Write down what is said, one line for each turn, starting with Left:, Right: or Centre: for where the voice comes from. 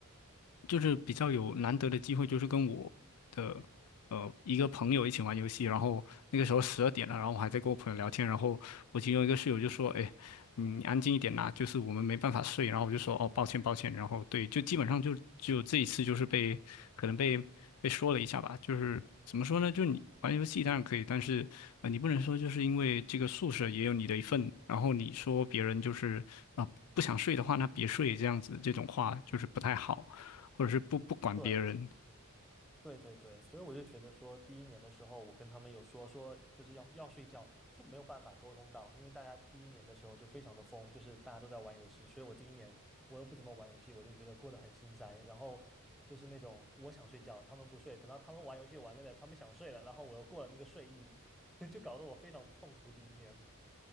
Left: 就是比较有难得的机会，就是跟我的呃一个朋友一起玩游戏，然后那个时候十二点了，然后我还在跟我朋友聊天，然后我其中一个室友就说：“哎，你安静一点啦，就是我们没办法睡。”然后我就说：“哦，抱歉，抱歉。”然后对，就基本上就只有这一次，就是被可能被被说了一下吧，就是怎么说呢？就你玩游戏当然可以，但是呃，你不能说就是因为这个宿舍也有你的一份，然后你说别人就是啊、不想睡的话，那别睡这样子，这种话就是不太好。或者是不不管别人，
Centre: 对，对对对，所以我就觉得说，第一年的时候，我跟他们有说说，就是要要睡觉，就没有办法沟通到，因为大家第一年的时候就非常的疯，就是大家都在玩游戏，所以我第一年我又不怎么玩游戏，我就觉得过得很心塞。然后就是那种我想睡觉，他们不睡，等到他们玩游戏玩累了，他们想睡了，然后我又过了那个睡意，<laughs> 就搞得我非常痛苦。第一年